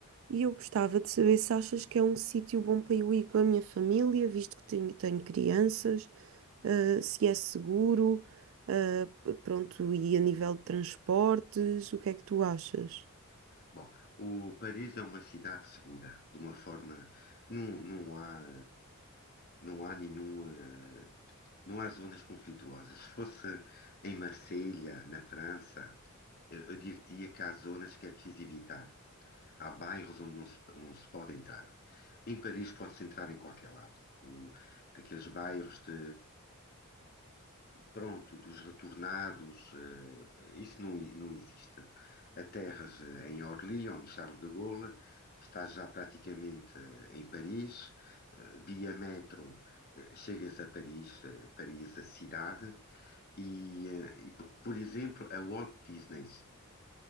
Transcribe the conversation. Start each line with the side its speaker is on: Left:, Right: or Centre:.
Right: E eu gostava de saber se achas que é um sítio bom para eu ir com a minha família, visto que tenho, tenho crianças, ah, se é seguro, ah, p- pronto, e a nível de transportes, o que é que tu achas?
Left: Bom, o Paris é uma cidade segura, de uma forma, não, não há, não há nenhum, eh, não há zonas conflituosas. Se fosse em Marselha, na França, eu, eu diria que há zonas que é preciso evitar. Há bairros onde não se, não se pode entrar. Em Paris pode-se entrar em qualquer lado. O- aqueles bairros de, pronto, dos retornados, eh, isso não, i- não existe. Portanto, A terras eh, em Orly, ou no Charles de Gaulle, está já praticamente eh, em Paris. Eh, Via metro, eh, chegas a Paris, eh, Paris, a cidade, e, eh, e, po- por exemplo, a Walt Disney.